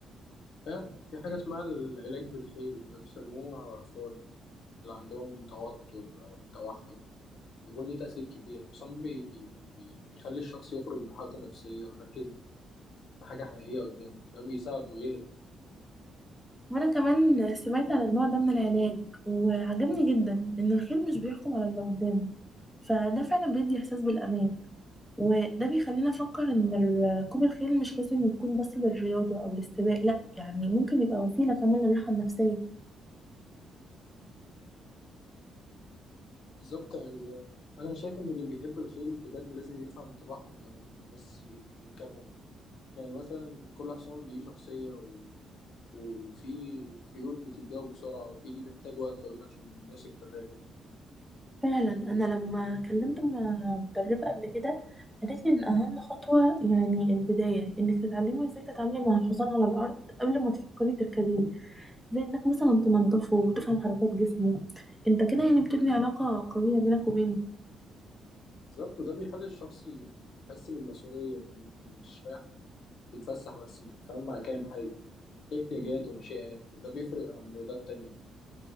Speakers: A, on the left; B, in the centre.
A: فعلا في حاجه اسمها العلاج بالخيل وده بيسموه على الاطفال اللي عندهم توتر أو توحد بيكون ليه تأثير كبير أصلا بي... بي... بيخلي الشخص يخرج من حالته النفسية ويركز في حاجة حقيقية قدامه ده بيساعده يهدى
B: وانا كمان سمعت عن النوع ده من العلاج وعجبني جدا ان الخيل مش بيحكم على اللي قدامه فده فعلا بيدي احساس بالامان وده بيخلينا افكر ان ركوب الخيل مش لازم يكون بس للرياضه او للسباق لا يعني ممكن يبقى وسيله كمان للراحه النفسيه
A: بالظبط يعني أنا شايف إن اللي بيحب الخيل بجد لازم يفهم طباعهم الأول مش بس يعني يركبهم يعني مثلا كل حصان ليه شخصية و... وفي خيول بتتجاوب بسرعة وفي اللي بيحتاج وقت طويل عشان يثق في الراكب
B: فعلا انا لما كلمت م- مدربه قبل كده قالت لي ان اهم خطوه يعني البدايه انك تتعلمي ازاي تتعاملي مع الحصان على الارض قبل ما تفكري تركبيه زي انك مثلا تنظفه وتفهم حركات جسمه انت كده يعني بتبني علاقه قويه بينك وبينه
A: بالظبط وده بيخلي الشخص يعني يحس بالمسؤولية إنك مش رايح تتفسح بس انت بتتعامل مع كائن حي ليه احتياجات ومشاعر وده بيفرق عن رياضات تانية